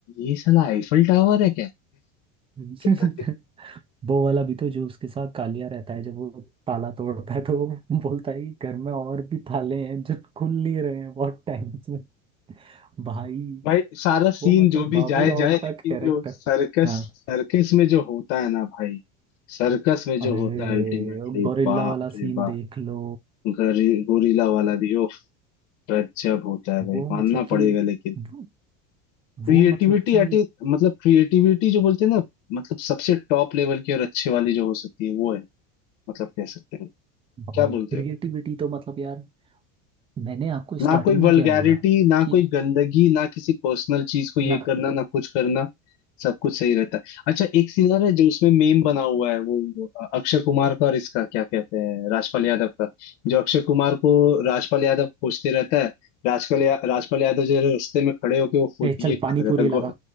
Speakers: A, on the left; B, on the right.
A: ये साला आईफल टावर है क्या
B: हम्म।
A: <laughs>
B: <laughs> वो वाला भी तो जो उसके साथ कालिया रहता है जब वो ताला तोड़ता है तो वो बोलता है कि घर में और भी ताले हैं जो खुल नहीं रहे हैं बहुत टाइम से भाई
A: भाई सारा सीन
B: वो मतलब
A: जो
B: बाबू
A: भी जाए
B: राव
A: जाए लेकिन
B: का कैरेक्टर
A: जो सर्कस
B: हाँ
A: सर्कस में जो होता है ना भाई सर्कस में जो
B: अरे
A: होता है अल्टीमेटली
B: गोरिल्ला
A: बाप
B: वाला
A: रे
B: सीन
A: बाप
B: देख लो
A: गरी, गोरिल्ला वाला भी ओफ गजब होता है भाई
B: वो
A: मानना
B: मतलब कि
A: पड़ेगा लेकिन
B: वो,
A: क्रिएटिविटी
B: वो मतलब कि
A: एट मतलब क्रिएटिविटी जो बोलते हैं ना मतलब सबसे टॉप लेवल की और अच्छे वाली जो हो सकती है वो है मतलब कह सकते हैं
B: भाई
A: क्या बोलते
B: क्रिएटिविटी
A: हो
B: तो मतलब यार मैंने आपको स्टार्टिंग
A: ना कोई
B: में
A: वल्गैरिटी
B: क्या बोला
A: ना
B: कि
A: कोई गंदगी ना किसी पर्सनल चीज को ये
B: ना
A: करना ना कुछ करना सब कुछ सही रहता है अच्छा एक सीन और है जो उसमें मेम बना हुआ है वो वो अक्षय कुमार का और इसका क्या कहते हैं राजपाल यादव का जो अक्षय कुमार को राजपाल यादव खोजते रहता है राजपाल या, राजपाल यादव जो है रास्ते में खड़े होके वो फूड
B: ए
A: ये
B: चल
A: खाता
B: पानी
A: रहता
B: पूरी
A: है गो,
B: लगा